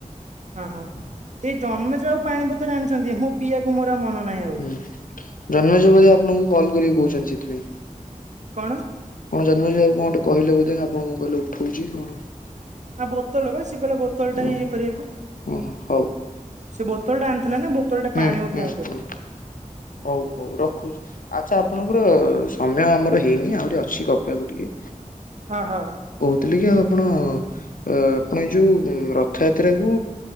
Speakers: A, on the right; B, on the left.
A: ହଁ ହଁ ଏଇ ଜନ୍ମ ଯିବାକୁ ପାଣିପତର ଆଣିଛନ୍ତି ମୁଁ ପିଇବାକୁ ମୋର ମନ ନାହିଁ। ଆଉ
B: ହୁଁ ଜନ୍ମଯିବ ବଧେ ଆପଣଙ୍କୁ କଲ୍ କରିକି କହୁଛନ୍ତି ସେଥିପାଇଁ।
A: କଣ?
B: କଣ ଜନ୍ମଜ ଆ କଣ ଗୋଟେ କହିଲ ବଧେ ଆପଣ କିହିଲେ ଉଠଉଛି କଣ?
A: ଆ ବୋତଲ ବା ସେ କହିଲ ବୋତଲଟା
B: ଓହୋ
A: ଇଏ କରିବାକୁ
B: ଓହୋ ହଉ।
A: ସେ ବୋତଲ ଟା ଆଣିଥିଲା ନା। ବତୋଲ୍‌ ଟା
B: ହୁଁ
A: ପାଣି ଉଠେଇବାକୁ
B: ହୁଁ
A: କହିଲ।
B: ହୁଁ ହଉ ହଉ ରଖୁଛି। ଆଚ୍ଛା ଆପଣଙ୍କର ସମୟ ଆମର ହେଇନି ଆହୁରି ଅଛି ଗପିବାକୁ ଟିକେ।
A: ହଁ ହଁ।
B: ଥିଲିକି ଆଉ ଆପଣ ଅ ଆପଣ ଯୋଉ ରଥଯାତ୍ରା କୁ